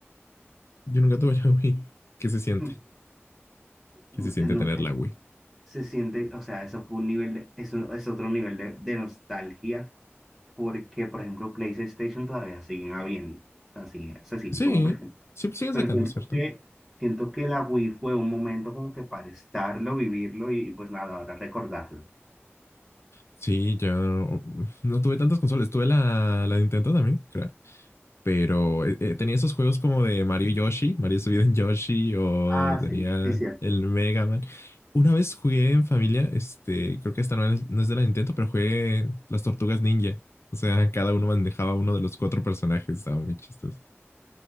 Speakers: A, on the left; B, in the centre.
A: Yo nunca tuve la <laughs> Wii. ¿Qué se siente?
B: <laughs>
A: ¿Qué
B: No,
A: se siente
B: no
A: tener
B: sé,
A: la Wii?
B: se siente, o sea, eso fue un nivel, de- eso es otro nivel de, de nostalgia, porque, por ejemplo, PlayStation todavía siguen habiendo, o sea, sigue- se siguen
A: Sí,
B: como presentes.
A: sí, siguen
B: Pero
A: sacando,
B: siento
A: ¿cierto?
B: que, siento que la Wii fue un momento como que para estarlo, vivirlo y, y pues nada, ahora recordarlo.
A: Sí, yo no tuve tantas consolas. Tuve la, la Nintendo también, creo. Pero eh, eh, tenía esos juegos como de Mario y Yoshi, Mario subido en Yoshi, o
B: Ah,
A: tenía
B: sí, sí, cierto.
A: el Mega Man. Una vez jugué en familia, este, creo que esta no es, no es de la Nintendo, pero jugué las Tortugas Ninja. O sea, cada uno manejaba uno de los cuatro personajes. Estaba muy chistoso.